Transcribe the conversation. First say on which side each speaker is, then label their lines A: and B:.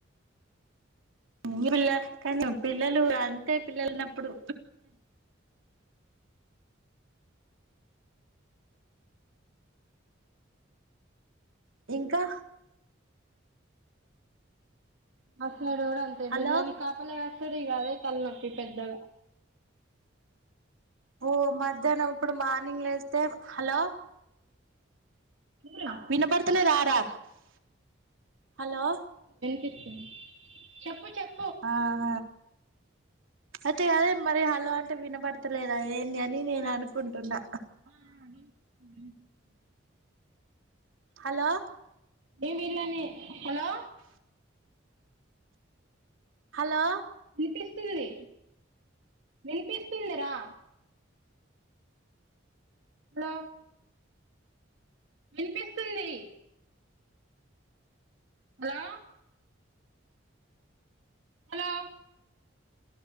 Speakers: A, on the right; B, on the right.
A: హు మీ పిల్ల కానీ పిల్లలు అంతే పిల్లలున్నప్పుడు ఇంకా
B: అహ్ వీడు కూడా అంతే
A: హలో
B: వీళ్ళని కాపల కాస్ సుడు ఇగ అదే తలనొప్పి పెద్దగా
A: ఓ మధ్యాహ్నం ఇప్పుడు మా ర్నింగ్ లేస్తే హలో
B: హలో
A: విన్నపడుతలేదా రా హలో
B: చెప్పింది చెప్పు చెప్
A: ఆహ అయితే గదే మరి హలో అంటే వినబడతలేదా ఏంది అని నేను అనుకుంటున్నా
B: <inaudible>
A: హలో
B: యి వీళ్ళని హలో
A: హలో
B: వినిపిస్తుంది వినిపిస్తుంది రా హలో వినిపిస్తుంది హలో హలో